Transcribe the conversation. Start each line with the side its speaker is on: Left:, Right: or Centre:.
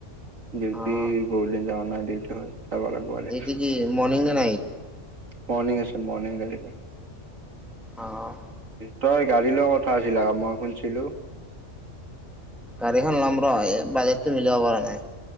Right: ডিউটি
Centre: অ',
Right: বহুত দিন যাওনা নাই দে তই যাব লাগব আজি
Centre: এইটো কি মৰ্ণিং নে নাইট?
Right: মৰ্নিং আছে, মৰ্নিং গেলেকে।
Centre: অহ।
Right: তই গাড়ী লোৱা কথা আছিল হা মই শুনছিলো।
Centre: গাড়ীখন লম ৰ' বাজেটটো মিলাব পাৰা নাই।